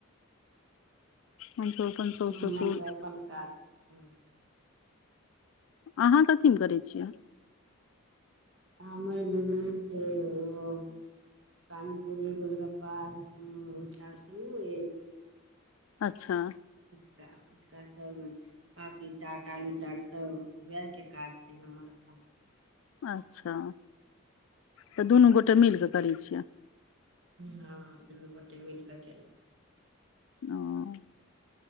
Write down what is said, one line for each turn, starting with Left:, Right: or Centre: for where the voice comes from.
Left: हमसभ अपन सासु
Right: हमर
Left: ससुर
Right: तऽ अपन काज छै
Left: अहाँ कथीमे करै छियै
Right: हमर बिजनेस छै ओ पानी पूड़ी गोलगप्पा चाउर सब नहि होइ अछि
Left: अच्छा
Right: फुचका फुचका सभ पापड़ी चाट आलू चाट सब वएहके काज छै हमर अपन
Left: अच्छा तऽ
Right: हँ
Left: दुनू गोटे मिलकेऽ करै छियै
Right: हँ दुनू गोटे मिल कऽ केलहुँ
Left: ओ